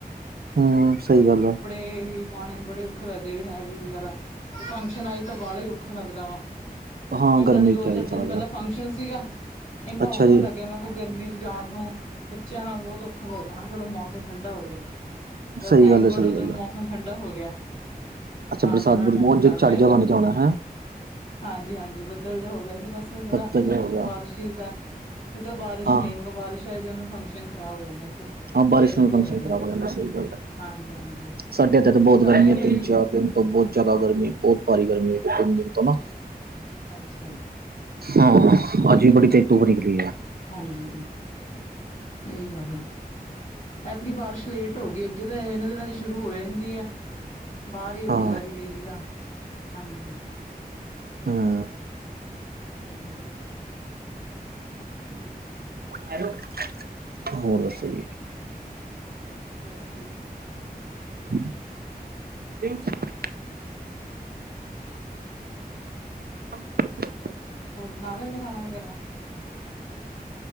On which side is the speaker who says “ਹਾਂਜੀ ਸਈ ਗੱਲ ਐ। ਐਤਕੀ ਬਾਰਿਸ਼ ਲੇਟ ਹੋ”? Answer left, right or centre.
Left